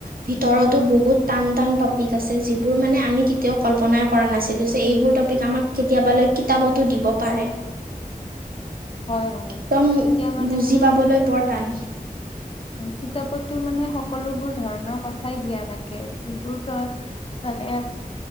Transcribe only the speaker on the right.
ভিতৰতো বহুত- টান টান টপিক আছে যিবোৰ মানে আমি কেতিয়াও কল্পনাই কৰা নাছিলোঁ যে এইবোৰ টপিক আমাক কেতিয়াবালৈ কিতাপতো দিব পাৰে
একদম
বুজি
পাবলৈ। বৰটান